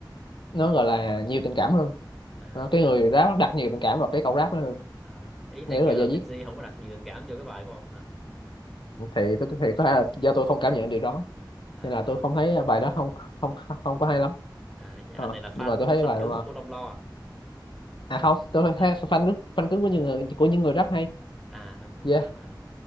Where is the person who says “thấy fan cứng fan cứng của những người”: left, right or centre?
Left